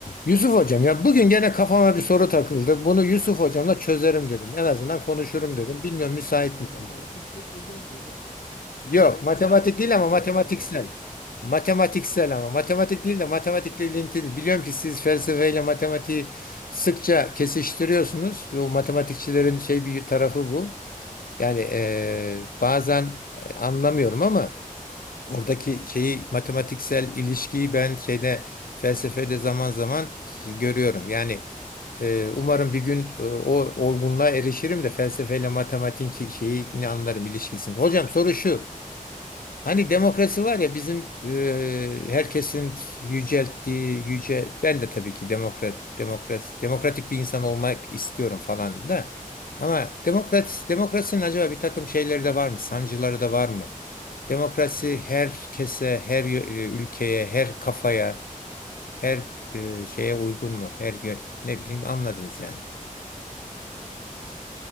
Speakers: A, on the left; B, on the left.
A: Yusuf hocam ya bugün gene kafama bir soru takıldı. Bunu Yusuf hocamla çözerim dedim. En azından konuşurum
B: <laughs>
A: dedim. Bilmiyorum müsait
B: E,
A: misiniz?
B: matematikse çözeriz hocam. Matematik
A: Yok,
B: değilse
A: matematik değil ama
B: beraber
A: matematiksel.
B: kafa yorarız.
A: Matematiksel ama matematik değil de matematikle ilintili. Biliyorum ki siz felsefeyle matematiği sıkça kesiştiriyorsunuz. O matematikçilerin şey bir tarafı bu. Yani eee, bazen anlamıyorum ama Oradaki şeyi matematiksel ilişkiyi ben şeyde felsefede zaman zaman görüyorum. Yani e, umarım bir gün e, o olgunluğa erişirim de felsefeyle matematiğin ki- şeyini
B: Yok,
A: anlarım ilişkisini. Hocam soru şu.
B: yok, estağfurullah.
A: Hani demokrasi var ya bizim e, herkesin yücelttiği yüce ben de tabii ki demokrat demokrat demokratik bir insan olmak istiyorum falan da ama demokrat demokrasinin acaba bir takım şeyleri de var mı? Sancıları da var mı? Demokrasi herkese, her yö- e, ülkeye, her kafaya, her e, şeye uygun mu? Her yö- ne bileyim anladınız yani.
B: Evet, aynen anladım.